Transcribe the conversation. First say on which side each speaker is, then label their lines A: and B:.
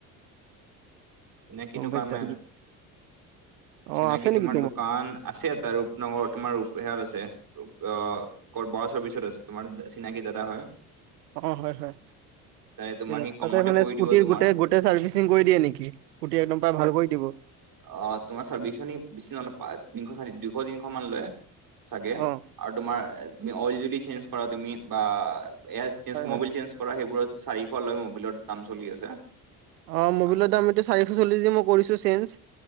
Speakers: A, on the right; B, on the right.
A: চিনাকি
B: গম
A: দোকান
B: পাইছা
A: মে
B: অ
A: চিনাকি
B: আছে নেকি
A: তোমাৰ দোকান আছে এটা ৰূপনগৰত তোমাৰ ৰূপনগৰত আছে। অহ কৰ পৰা চাৰ্ভিচত আছে তোমাৰ চিনাকি দাদা হয়।
B: অঁ হয় হয়
A: তাৰে তোমাৰ
B: ঠিক
A: সি
B: আছে
A: কমতে
B: তাতে মানে
A: কৰি
B: স্কুটিৰ
A: দিব তোমাৰ
B: গোটে গোটেই চাৰ্ভিচিং কৰি দিয়ে নেকি? স্কুটি একদম পুৰা ভাল কৰি দিব।
A: অঁ তোমাৰ চাৰ্ভিছঙত বেছি নলয় দুশ তিনিশ মান লৈ চাগে।
B: অ',
A: আৰু তোমাৰ তুমি অইল যদি চেঞ্জ কৰা তুমি বা এয়- চেঞ্জ
B: হয় হয়।
A: মোবিল চেঞ্জ কৰা সেইবোৰত চাৰিশ লৈ মোবিলৰ দাম চলি আছে।
B: অঁ মবিলৰ
A: আৰু
B: দাম এতিয়া চাৰিশ চল্লিশ দি কৰিছো চেঞ্জ।